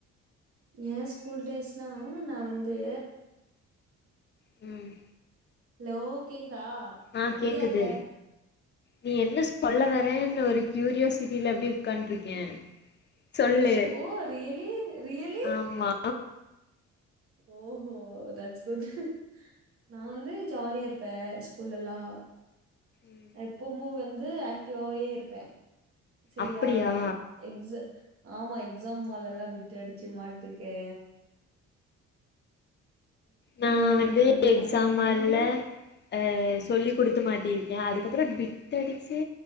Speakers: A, on the right (about 50°); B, on the left (about 35°).
A: ஏ ஸ்கூல் டேஸ்னாலு நா வந்து
B: ம்
A: ஹலோ கேக்குதா
B: ஆ
A: அமைதியா
B: கேக்குது
A: இருக்க
B: நீ என்ன சொல்ல வரேன்ற ஒரு க்யூரியாசிட்டில அப்டி உட்கான்ருக்கே சொல்லு
A: ஓ ரியலி ரியலி
B: ஆமா
A: ஓஹோ தட்ஸ் குட் நா வந்து ஜாலியா இருப்பே ஸ்கூல்லெல்லா
B: ம்
A: எப்பமு வந்து ஆக்டிவாவே இருப்பே செரியா
B: அப்டியா
A: எக்ஸு ஆமா எக்ஸாம் ஹால்லல்லா பிட்டு அடிச்சு மாட்ருக்கே
B: நா
A: ம்
B: வந்து எக்ஸாம்
A: அப்றோ வந்து
B: ஹால்ல அ சொல்லி குடுத்து மாட்டியிருக்கே அதுக்கப்றோ பிட்டு அடுச்சு